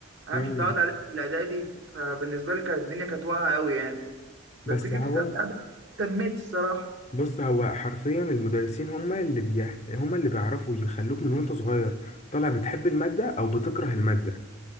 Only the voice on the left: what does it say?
امم
بس
هو
بص هو حرفيا المدرسين هم اللي بيحت... هم اللي بيعرفوا يخلوك من وانت صغير طالع بتحب المادة أو بتكره المادة